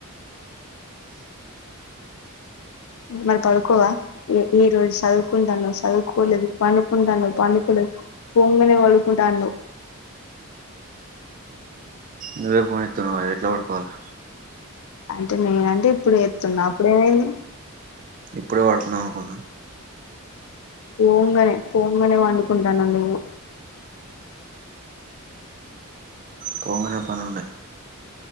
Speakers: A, on the left; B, on the right.
A: మరి పడుకోవా ఈ రోజు చదువుకుంటాన్నావ్ చదువుకోలేదు పండుకుంటాను పండుకోలేదు పొంగనే వడుకుంట అన్నవ్
B: నువ్వే ఫోన్ ఎత్తున్నావై ఎట్ల పడుకోవాలే
A: అంటే నేనంటే ఇప్పుడు ఎతున్నా అప్పుడేమైంది
B: ఇప్పుడే పడుకున్నవ్ అనుకున్నా
A: పోంగనే పోంగనే వండుకుంటానవ్ నువ్వు
B: పోంగనే పనిండ